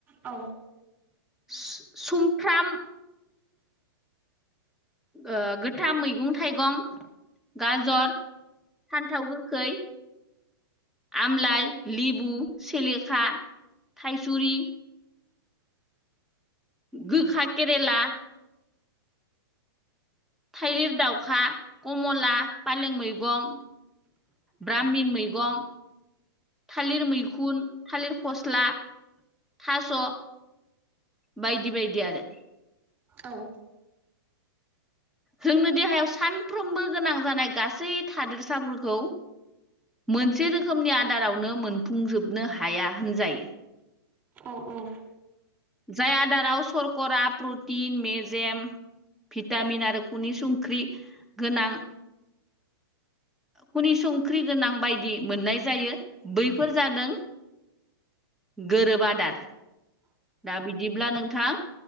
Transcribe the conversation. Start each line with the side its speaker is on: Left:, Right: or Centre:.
Right: औ
Centre: सु सुमफ्राम ओ गोथां मैगं थाइगं गाजर फान्थाव गोखै आमलाइ लेबु सेलेखा थाइसुरि गोखा केरेला थाइलिर दाउखा कमला फालें मैगं ब्रामिन मैगं थालिर मैखुन थालिर फस्ला थास' बायदि बायदि आरो
Right: औ
Centre: जोंनो देहायाव सानफ्रोमबो गोनां जानाय गासै थादेरसाफोरखौ मोनसे रोखोमनि आदारावनो मोनफुंजोबनो हाया होनजायो
Right: औ औ
Centre: जाय आदाराव सरकारा प्रटिन मेजेम भिटामिन आरो खुनि संख्रि गोनां खुनि संख्रि गोनां बायदि मोननाय जायो बैफोर जादों गोरोब आदार दा बिदिब्ला नोंथां